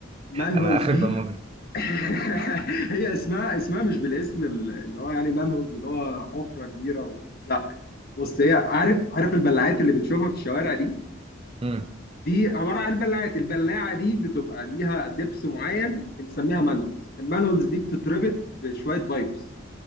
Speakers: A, on the left; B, on the right.
A: مانهولز
B: انا اخر
A: دي
B: برمجة
A: <laughs> هي اسمها اسمها مش بالاسم ال- اللي هو يعني مانهولز اللي هو حفرة كبيرة و... لا بص هي عارف عارف البلعات اللي بنشوفها في الشوارع دي
B: امم
A: دي عبارة عن بلعات البلاعة دي بتبقى ليها دبس معين بنسميها مانهولز المانهولز دي بتتربط بشوية بايبس